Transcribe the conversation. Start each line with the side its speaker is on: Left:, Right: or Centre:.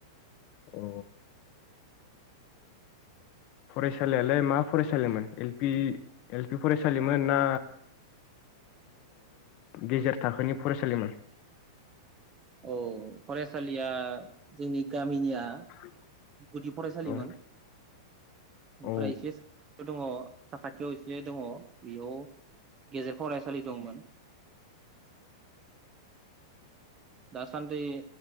Left: अ फरायसालियालाय मा फरायसालिमोन एलपि फरायसालिमोन ना गेजेर थाखोनि फरायसालिमोन
Right: औ फराय सालिया जोंनि गामिनिया
Left: <inaudible>
Right: गुदि फरायसालिमोन
Left: औ
Right: ओमफ्राय
Left: औ
Right: एसे दङ साखाथियाव एसे दङ बेयाव गेजेर फरायसालि दंमोन दासान्दि